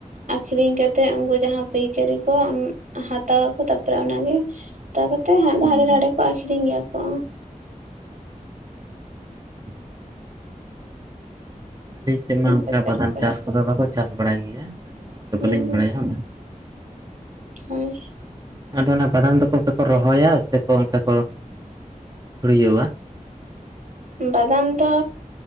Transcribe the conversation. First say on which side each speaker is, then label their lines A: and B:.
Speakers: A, on the right (about 65°); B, on the right (about 30°).
A: ᱟᱠᱷᱨᱤᱧ ᱠᱟᱛᱮᱫ ᱩᱱᱠᱩ ᱡᱟᱦᱟᱸ ᱯᱟᱹᱭᱠᱟᱹᱨᱤ ᱠᱚ ᱦᱟᱛᱟᱣ ᱟᱠᱚ ᱛᱟᱨᱯᱚᱨᱮ ᱚᱱᱟᱜᱮ ᱛᱟᱣ ᱠᱟᱛᱮ ᱦᱟᱱ
B: ᱦᱩᱸ
A: ᱦᱟᱸᱰᱮ ᱱᱟᱷᱟᱰᱮ ᱠᱚ ᱟᱠᱷᱨᱤᱧ ᱜᱮᱭᱟ ᱠᱚ
B: <inaudible> ᱟᱹᱞᱤᱧ ᱥᱮᱫ ᱢᱟ ᱚᱱᱠᱟ
A: ᱵᱟᱡᱟᱨ
B: ᱵᱟᱫᱟᱢ
A: ᱠᱚᱨᱮ
B: ᱪᱟᱥ ᱠᱚᱫᱚ ᱵᱟᱠᱚ ᱪᱟᱥ ᱵᱟᱲᱟᱭ ᱜᱮᱭᱟ ᱟᱫᱚ ᱚᱱᱟᱛᱮ
A: ᱦᱩᱸ
B: ᱵᱟᱹᱞᱤᱧ ᱵᱟᱲᱟᱭᱼᱟ ᱚᱱᱟ
A: ᱦᱳᱭ
B: ᱟᱫᱚ ᱚᱱᱟ ᱵᱟᱫᱟᱢ ᱫᱚᱠᱚ ᱚᱱᱠᱟ ᱠᱚ ᱨᱚᱦᱚᱭᱟ ᱥᱮᱠᱚ ᱚᱱᱠᱟ ᱠᱚ ᱪᱷᱩᱲᱭᱟᱹᱣᱟ?
A: ᱵᱟᱫᱟᱢ ᱫᱚ